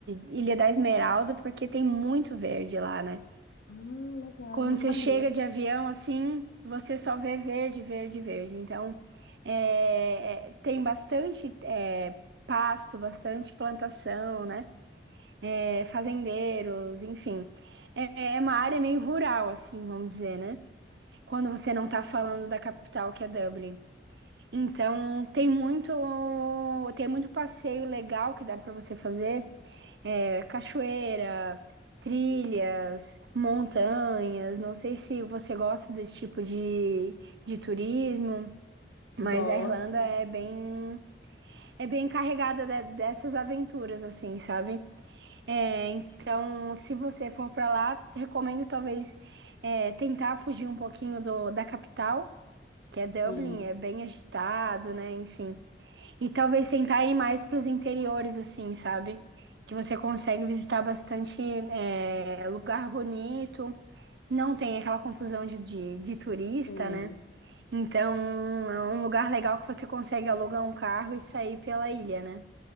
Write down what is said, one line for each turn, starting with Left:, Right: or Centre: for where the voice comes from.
Right: Ilha da Esmeralda porque tem muito verde lá, né?
Left: Ah, legal,
Right: Quando
Left: não sabia.
Right: você chega de avião, assim, você só vê verde, verde, verde. Então, é, é, tem bastante é, pasto, bastante plantação, né? é, fazendeiros, enfim. É, é uma área meio rural, assim, vamos dizer, né? Quando você não tá falando da capital, que é Dublin. Então, tem muito, tem muito passeio legal que dá para você fazer, é, cachoeira, trilhas, montanhas. Não sei se você gosta desse tipo de, de turismo, mas
Left: Gosto,
Right: a Irlanda é bem, é bem carregada de- dessas aventuras, assim, sabe? É, então, se você for para lá, recomendo talvez é, tentar fugir um pouquinho do, da capital, que
Left: sim,
Right: é Dublin, é bem agitado, né? Enfim. E talvez tentar ir mais para os interiores, assim, sabe? Que você consegue visitar bastante é, lugar bonito, não tem aquela confusão de, de, de turista,
Left: sim.
Right: né? Então, é um lugar legal que você consegue alugar um carro e sair pela ilha, né?